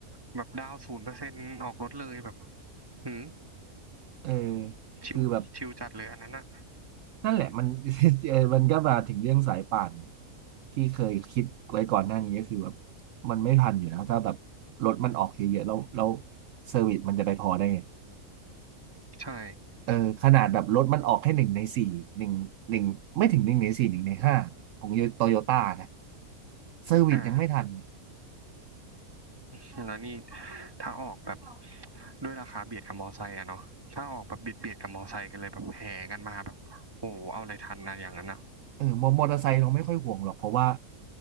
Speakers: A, on the right; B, on the right.
A: แบบดาวศูนย์เปอร์เซ็นต์ออกรถเลยแบบหืม
B: เออ
A: ชิวชิวจัดเลยอันนั้นอะ
B: คือแบบนั่นแหละมัน <laughs> เออมันก็มาถึงเรื่องสายป่านที่เคยคิดไว้ก่อนหน้านี้ก็คือแบบมันไม่ทันอยู่แล้วถ้าแบบรถมันออกเยอะๆแล้วแล้วเซอร์วิสมันจะไปพอได้ไง
A: ใช่
B: เออขนาดแบบรถมันออกแค่หนึ่งในสี่หนึ่งหนึ่งไม่ถึงหนึ่งในสี่หนึ่งในห้าของโตโยต้านะเซอร์วิสยังไม่ทันเลย
A: อ่าแล้วนี่ถ้าออกแบบด้วยราคาเบียดกับมอไซค์อะเนาะถ้าออกแบบเบียดเบียดกับมอไซค์กันเลยแบบแห่กันมาแบบโอ้โหเอาอะไรทันนะอย่างนั้นอะ
B: เออมอมอเตอร์ไซค์เราไม่ค่อยห่วงหรอกเพราะว่า